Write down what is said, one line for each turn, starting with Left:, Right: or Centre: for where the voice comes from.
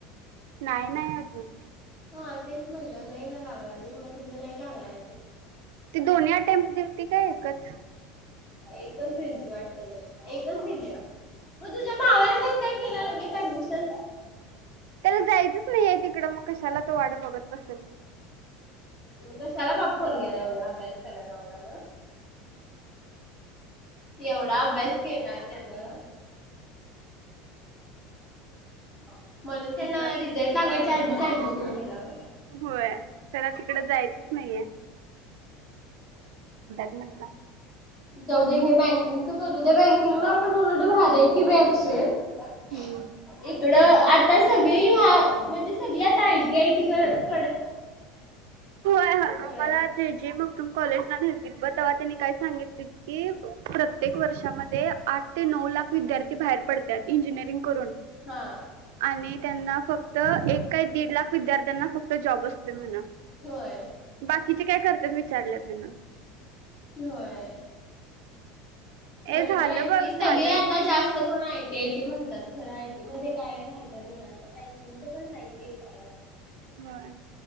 Right: नाही नाही अजून
Left: हा तेच म्हणलं नाही ना लागला अजून मग तिझं नाही लागला अजून
Right: ते दोन्ही अटेम्पट देऊन ती काय एकच
Left: एकच दिलती वाटतं बाई एकच दिल्या मग तुझ्या भावाने कस का केल लगेच ऍडमिशन
Right: त्याला जायचंच नाहीये आहे तिकडं मग कशाला तो वाट बघत बसल
Left: मग कशाला बा पोरग्याला एवढा अभ्यास कराय लावला ग एवढा अभ्यास केला त्यानं? <inaudible> म्हणून त्यांन
Right: असं
Left: रिझल्ट लावायच्या आधीच ऍडमिशन केल होय?
Right: होय त्याला तिकडे जायचंच नाहीये म्हणला
Left: जाऊदे घे बँक <unintelligible> करूदे बँकिंगला पण उलट भारीये की बँक सेफ
Right: हम्म
Left: इकडं आता सगळी हा म्हणजे सगळी आता आयटी आय टी क
Right: होय होय
Left: बरं
Right: आम्हाला जे जे मगदूम कॉलेजला न्हेलंतीत बग तवा त्यांनी काय सांगितलीत की प्रत्येक वर्षामध्ये आठ ते नऊ लाख विद्या बाहेर पडत्यात इंजिनिअरिंग करून
Left: हा
Right: आणि त्यांना फक्त एक काय दीड लाख विद्यार्थ्यांना फक्त जॉब अस तय म्हणा
Left: होय
Right: बाकीचे काय कर तेच विचारलं त्यांना
Left: होय बरोबर
Right: ए झालं
Left: आहे की
Right: बघ
Left: सगळी
Right: झालं
Left: आता जास्त करून आयटी आयटी म्हणतात. खरं आयटी मधे काय राहि ल नाही आता टायपिंगच पण हाय की चांगला
Right: होय